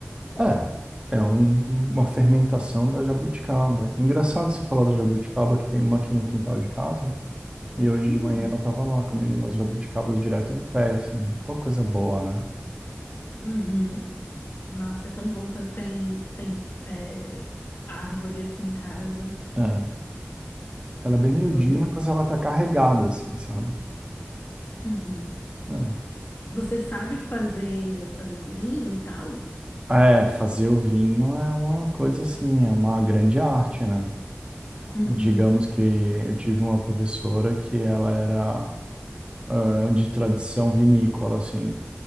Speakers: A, on the right; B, on the left.
A: É. É um- uma fermentação da jabuticaba. Engraçado você falar da jabuticaba, que tem uma aqui no quintal de casa. E hoje
B: Hum,
A: de manhã eu tava lá comendo umas jabuticabas direto do pé, assim. Ó, coisa boa, né?
B: uhum. Nossa, é tão bom quando tem, tem é, árvore assim em casa,
A: É. Ela é bem miudinha,
B: quando tem frutas.
A: mas ela tá carregada, assim, sabe?
B: Uhum.
A: É.
B: Você sabe fazer, fazer vinho e tal?
A: É, fazer o vinho é uma coisa assim, é uma grande arte, né?
B: Uhum,
A: Digamos que eu tive uma professora que ela era ah, de tradição vinícola, assim.